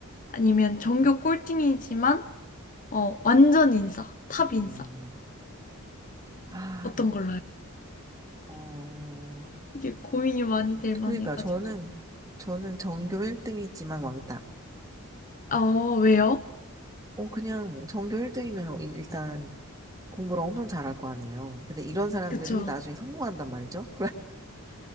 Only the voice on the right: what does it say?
음,
아,
어,
그러니까 저는, 저는 전교 1등이지만 왕따.
어, 그냥 전교 1등이면 일단 공부를 엄청 잘할 거 아니에요. 근데 이런 사람들이
나중에 성공한단 말이죠.